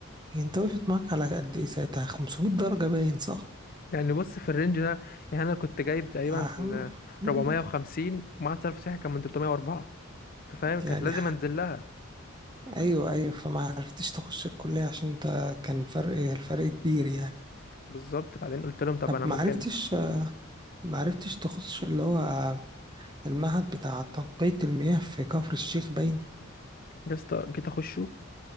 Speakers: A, on the right (about 20°); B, on the left (about 45°).
A: يعني انت وقفت معاك على قد ايه ساعتها 500 درجة باين صح
B: يعني بص في الرينج ده يعني انا كنت جايب تقريبا
A: أهم... مم.
B: 450 معهد صرف صحي كان من 304 ففاهم كانت
A: يعني
B: لازم انزل لها
A: ايوه ايوه فما عرفتش تخش الكلية عشان انت كان فرق الفرق كبير يعني
B: بالظبط بعدين قلت لهم طب
A: طب
B: انا
A: ما
B: ممكن
A: عرفتش ما عرفتش تخش اللي هو المعهد بتاع تنقية المياه في كفر الشيخ باين
B: يا اسطى جيت اخشه